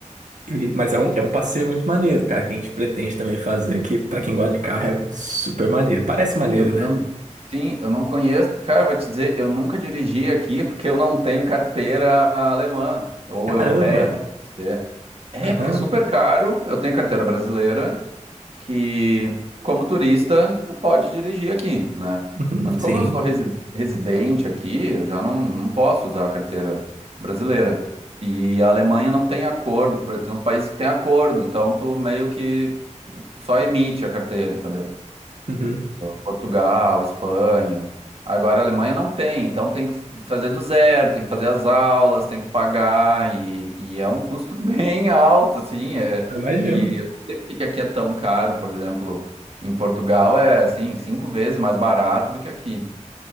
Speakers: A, on the right; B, on the right.
A: E- mas é um, é um passeio muito maneiro, cara, que a gente pretende também fazer, que pra quem gosta de carro é super maneiro. Parece
B: Ah,
A: maneiro,
B: Eu,
A: né?
B: eu- sim, eu não conheço, porque, cara, eu vou te dizer, eu nunca dirigi aqui porque eu não tenho carteira alemã ou
A: Caramba!
B: europeia, né? pode ser. É,
A: Aham,
B: porque é super caro, eu tenho carteira brasileira que, como turista, tu pode dirigir aqui, né?
A: uhum,
B: Mas como
A: sim.
B: eu sou resi- residente aqui, eu já não, não posso usar a carteira brasileira. E a Alemanha não tem acordo, com tem uns países que têm acordo, então tu meio que tu só emite a carteira, entendeu?
A: Uhum.
B: Portugal, Espanha. Agora a Alemanha não tem, então tem que fazer do zero, tem que fazer as aulas, tem que pagar, e, e é um custo <laughs> bem alto, assim, é
A: Eu imagino.
B: que eu não sei porque que aqui é tão caro, por exemplo, em Portugal é, assim, cinco vezes mais barato do que aqui.